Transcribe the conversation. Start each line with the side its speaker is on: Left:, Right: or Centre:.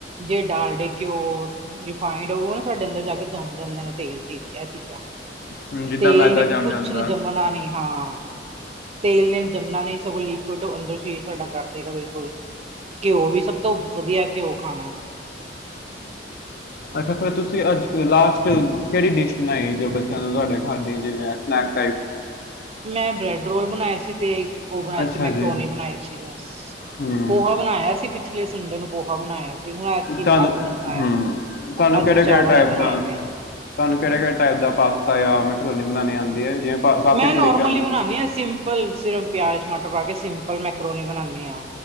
Right: ਜੇ ਡਾਲ ਡੇ ਘਿਓ ਹੋਰ ਰਿਫਾਈਡ ਉਹ ਨਾ ਸਾਡੇ ਅੰਦਰ ਜਾ ਕੇ ਜੰਮ ਜਾਂਦੇ ਨੇ ਤੇਲ 'ਚ ਇਹ ਚੀਜ਼ਾਂ।
Left: ਹੁਣ ਜਿੱਦਾਂ
Right: ਤੇਲ
Left: ਮੈਦਾ
Right: ਨੇ
Left: ਜੰਮ
Right: ਕੁਛ
Left: ਜਾਂਦਾ
Right: ਨਹੀਂ ਜੰਮਣਾ ਨੀ ਹਾਂ। ਤੇਲ ਨੇ ਜੰਮਣਾ ਨਹੀਂ, ਸਗੋਂ ਲਿਕੁਡ ਅੰਦਰੋਂ ਹੀ ਸਾਡਾ ਕੱਢ ਦੇ ਗਿਆ ਬਿਲਕੁਲ, ਘਿਓ ਵੀ ਸਭ ਤੋਂ ਵਧੀਆ ਘਿਓ ਖਾਣਾ।
Left: ਅੱਛਾ, ਫਿਰ ਤੁਸੀਂ ਅੱਜ ਲਾਸਟ ਕਿਹੜੀ ਡਿਸ਼ ਬਣਾਈ ਜੋ ਬੱਚਿਆਂ ਨੂੰ ਤੁਹਾਡੇ ਖਾਦੀ ਜਿਵੇਂ ਸਨੈਕਸ
Right: ਮੈਂ ਬਰੈੱਡ ਰੋਲ ਬਣਾਏ ਸੀ। ਤੇ ਉਹ ਬਣਾਏ
Left: ਅੱਛਾ
Right: ਸੀ ਮੈਂਕਰੋਨੀ
Left: ਜੀ
Right: ਬਣਾਈ ਸੀ ਬਸ।
Left: ਹੂੰ
Right: ਪੋਹਾ ਬਣਾਇਆ ਸੀ ਪਿਛਲੇ ਸੰਡੇ ਨੂੰ ਪੋਹਾ ਬਣਾਇਆ ਸੀ। ਹੁਣ ਐਤਕੀ
Left: ਤੁਹਾਨੂੰ
Right: ਅੱਜ ਨਹੀਂ ਬਣਾਇਆ।
Left: ਹੂੰ ਤੁਹਾਨੂੰ
Right: ਅੱਜ
Left: ਕਿਹੜੇ
Right: ਮੈਂ ਚਾਵਲ
Left: -ਕਿਹੜੇ ਟਾਈਪ
Right: ਹੀ ਬਣਾਏ
Left: ਦਾ
Right: ਨੇ
Left: ਤੁਹਾਨੂੰ ਕਿਹੜੇ-ਕਿਹੜੇ ਟਾਈਪ ਦਾ ਪਾ ਪਾਸਤਾ ਜਾਂ ਮੈਂਕਰੋਨੀ ਬਣਾਉਣੀ ਆਉਂਦੀ ਹੈ, ਜਿਵੇਂ ਪਾ- ਕਾਫੀ
Right: ਮੈਂ
Left: ਤਰੀਕੇ
Right: ਨੋਰਮਲੀ
Left: ਹੁੰਦੇ
Right: ਬਣਾਉਂਦੀ
Left: ਨੇ
Right: ਹਾਂ ਸਿੰਪਲ ਸਿਰਫ ਪਿਆਜ, ਟਮਾਟਰ ਪਾ ਕੇ ਸਿੰਪਲ ਮੈਕਰੋਨੀ ਬਣਾਉਦੀ ਹਾਂ।